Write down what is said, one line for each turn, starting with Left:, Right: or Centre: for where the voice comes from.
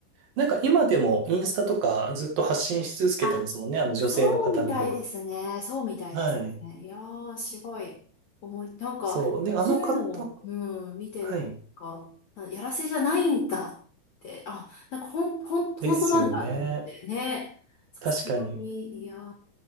Right: なんか今でもインスタとかずっと発信し続けてますもんね。
Left: あ、
Right: あの女性の方の方が。
Left: そうみたいですね。そうみたいですね。
Right: はい。
Left: いやー、すごい。思い、なんか、
Right: そう。ね、あの方、
Left: そういうのを、うん、見てるとか、
Right: はい。
Left: あやらせじゃないんだって、あ、なんか、ほん、ほん、本当なんだと思ってね。
Right: ですよね。
Left: さすがに、
Right: 確かに。い
Left: いやー、